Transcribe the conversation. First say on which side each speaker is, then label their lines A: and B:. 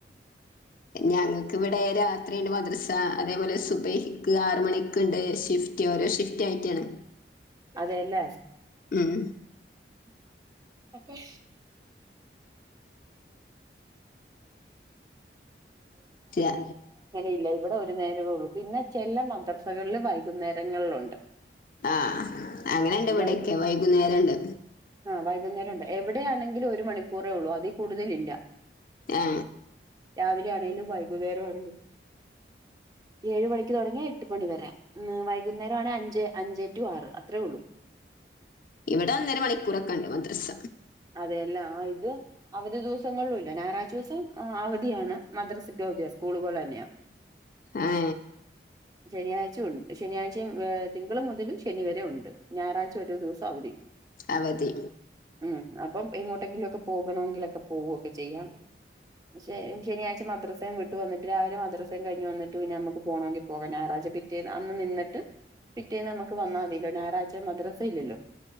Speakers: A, on the left; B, on the right.
A: ഞങ്ങക്ക് ഇവിടെ രാ വീണ്ടും മദ്‌റസ അതുപോലെ സുബഹിക്ക് ആറ് മണിക്ക്ണ്ട്. ഷിഫ്റ്റ് ഓരോ ഷിഫ്റ്റായിട്ടാണ്.
B: അതെല്ലേ
A: ഉം
B: <unintelligible> ആ ഇത് <unintelligible>
A: ര-
B: ഇല്ല ഇവിടെ ഒരു നേരവേ ഉള്ളു. പിന്നെ ചില മദ്റസകളില് വൈകുന്നേരങ്ങളിലുണ്ട്.
A: അ ആ അ അങ്ങനെണ്ട് ഇവിടെക്കെ
B: വൈ
A: വൈകുന്നേരം ഇണ്ട്
B: ആ വൈകുന്നേരം ഉണ്ട് എവിടെയാണെങ്കിലും ഒരു മണിക്കൂറേ ഒള്ളു അതിൽ കൂടുതലില്ല
A: അ ആ
B: രാവിലെയാണെങ്കിലും വൈകുന്നേരാണെങ്കിലും. ഏഴ് മണിക്ക് തുടങ്ങിയാ എട്ട് മണി വരെ ഉം വൈകുന്നേരാണെ അഞ്ച് അഞ്ച് റ്റു, ആറ് അത്രയോള്ളു
A: ഇവിടെ ഒന്നര മണിക്കൂറ്ക്കെണ്ട് മദ്‌റസ
B: അതെ എല്ലാം ആ ഇത് അവധി ദിവസങ്ങളിലുല്ല ഞാറാഴ്ച്ച ദിവസം അവധിയാണ് മദ്‌റസക്ക് അവധിയാണ് സ്‌കുളു പോലെ ന്നെയാ
A: ഹേ
B: ശനിയാഴ്ച്ച ഉൻ ശനിയാഴ്ച്ചിം ഏ തിങ്കള് മുതല് ശനി വരെ ഉണ്ട്. ഞാറാഴ്ച്ച ഒരു ദിവസം അവധി
A: അവധി
B: ഉം അപ്പോ എങ്ങോട്ടെങ്കിലും ഒക്കെ പോകണോങ്കില് ഒക്കെ പോവുകയെക്കെ ചെയ്യാം. ശെ ശനിയാഴിച്ച മദ്ര വിട്ട് വന്നിട്ട് രാവിലെ മദ്റസയും കഴിഞ്ഞു വന്നിട്ട് ഞമ്മുക്ക് പോണേങ്കി പോകാം ഞായറാഴ്ച്ച പിറ്റേന്ന് അന്ന് നിന്നിട്ട് പിറ്റേന്ന് ഞമ്മക്ക് വന്ന മതിയല്ലോ ഞായറാഴ്ച്ച മദ്‌റസ ഇല്ലല്ലോ.